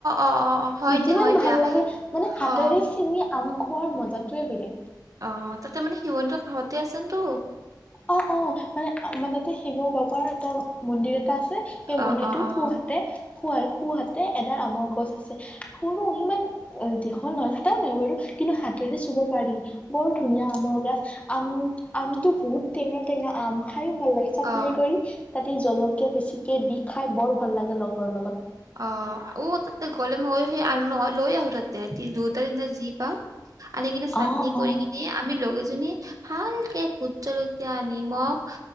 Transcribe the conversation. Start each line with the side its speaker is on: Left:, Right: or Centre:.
Right: অ অ অ হয় দিয়া
Left: যিমান
Right: হয়
Left: ভাল
Right: দিয়া
Left: লাগে মানে হাতেৰে
Right: অ
Left: চিঙি আম খ খোৱাৰ মজাটোৱে বেলেগ।
Right: অ' তাতে মানে শিৱ কাষতে আছে তো।
Left: অ', অ', মানে আমাৰ তাতে শিৱ বাবাৰ এটা, মন্দিৰ এটা- সেই
Right: অ
Left: মন্দিৰটো
Right: অ অ
Left: সোঁহাতে, শুৱাৰ সোঁহাতে এডাল আমৰ গছ আছে সৰু ইমান দীঘল নহয় কথাও নাই বাৰু কিন্তু হাতেৰে চুব পাৰি বহুত ধুনীয়া আমৰ গছ আম আম টো বহুত টেঙা টেঙা আম খায়ো ভাল লাগে চাটনি
Right: অ
Left: কৰি তাতে জল কে বেছিকে দি খাই বৰ ভাল লাগে লগৰ লগত।
Right: অ উ ত গলে মই সেই আনো নহয় লৈ আহো তাতে দুটা তিনটা যি পাওঁ। আনি কিনে চাটনি
Left: অ
Right: কৰি
Left: অ
Right: কিনি আমি লগে কিজনী ভালকে ভোট জলকীয়া নিমখ